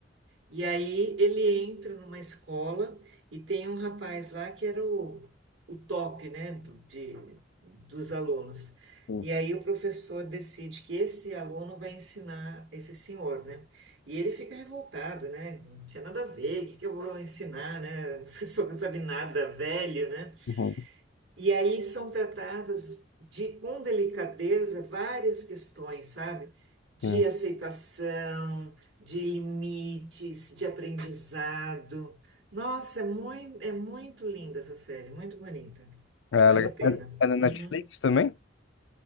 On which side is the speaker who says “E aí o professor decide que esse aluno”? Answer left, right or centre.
Right